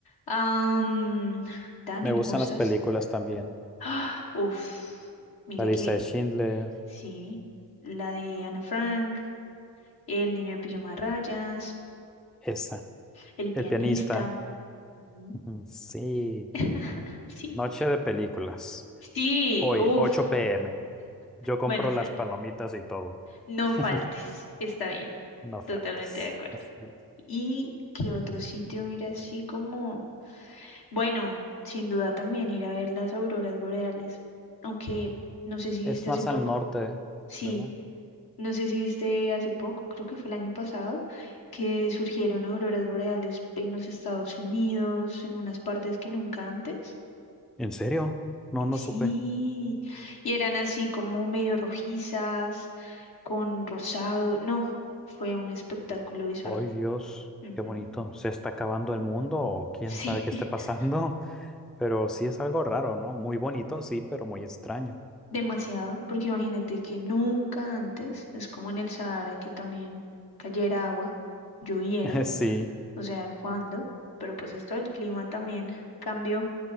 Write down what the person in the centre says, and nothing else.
Me
gustan las películas también.
La lista
de Schindler,
esa.
El pianista.
Ujú, Sí.
Noche de películas.
Hoy,
ocho p m. Yo compro
las
palomitas y todo.
<laughs>
No faltes.
Así es.
Es
más
al norte,
¿verdad?
¿En serio? No, no
supe.
Ay, Dios,
qué bonito. ¿Se está acabando el mundo o quién
sabe qué
esté pasando? Pero sí es algo raro, ¿no? Muy bonito, sí, pero muy extraño.
<laughs> Sí.